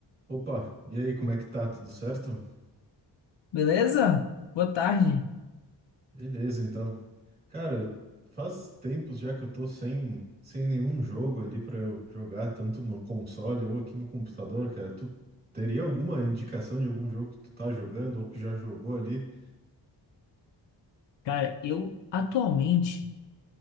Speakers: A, on the right (about 20°); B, on the left (about 70°).
A: Opa, e aí, como é que tá? Tudo certo?
B: Beleza? Boa tarde.
A: Beleza, então. Cara, eu- faz tempos já que eu tô sem, sem nenhum jogo ali pra eu jogar, tanto no console ou aqui no computador, cara. Tu teria alguma indicação de algum jogo que tu tá jogando ou que já jogou ali?
B: Cara, eu atualmente,